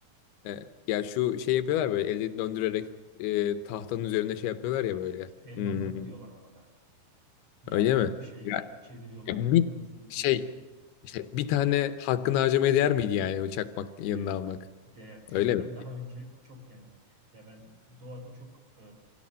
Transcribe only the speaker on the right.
İşte el
matkapı diyorlar ona da. Yay
gibi
bir şeyle
çeviriyorlar
hızlı
hızlı hızlı
hızlı.
Değer.
Değer. Çünkü
ben daha önce çok denedim. Ya ben doğada çok e,